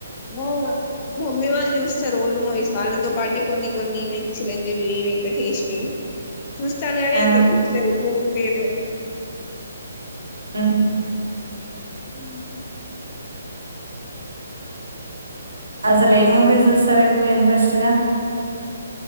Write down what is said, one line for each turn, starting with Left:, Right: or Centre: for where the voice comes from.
Left: ఆ మమ్మీ వాళ్ళు చూస్తారు ఓల్డ్ మూవీస్ వాళ్ళతో పాటే కొన్ని కొన్ని చిరంజీవి వెంకటేష్వి చూస్తాను గానీ
Right: ఆ
Left: అంతకు గుర్తులేదు మూవీ పేర్లు
Right: ఆ
Left: ఉ
Right: అసలు ఏ మూవీ చూస్తారు ఎక్కువ ఇంట్రెస్ట్గా